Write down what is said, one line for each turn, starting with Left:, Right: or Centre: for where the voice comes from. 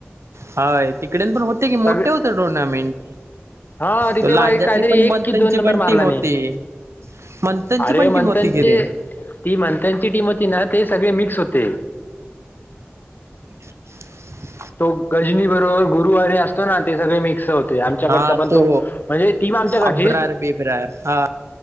Right: हाय तिकडेन पण होते की मोठे
Left: सगळे
Right: होते टुर्नामेंट
Left: हा तितेबाई
Right: तो लांज्यातली
Left: काहीतरी
Right: पण
Left: एक
Right: मंथनची
Left: कि दोन नंबर
Right: पण
Left: मारला
Right: टीम होती
Left: नाही.
Right: मंथनची
Left: अरे
Right: पण टीम
Left: मंथनची
Right: होती की रे
Left: ती मंथनची टीम होती. ते सगळे मिक्स होते.
Right: <inaudible>
Left: तो गजनी बरोबर गुरुवारीे असतो ना ते सगळे मिक्स होत. आमच्याकडचा
Right: हा
Left: बणतो
Right: तो
Left: म्हणजे ती म आमच्याकडची
Right: अब्रार बेब्रार हा